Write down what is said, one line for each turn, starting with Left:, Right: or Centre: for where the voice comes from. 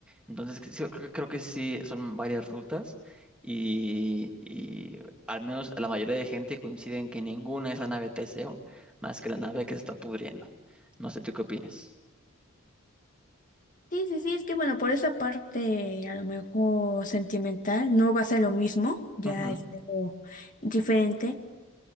Centre: Entonces, que sí, creo, creo que sí son varias rutas y, y al menos la mayoría de gente coincide en que ninguna es la nave Teseo más que la nave que se está pudriendo. No sé, ¿tú qué opinas?
Left: Sí, sí, sí, es que bueno, por esa parte a lo mejor sentimental no va a ser lo mismo, ya
Centre: Ujú,
Left: es algo diferente,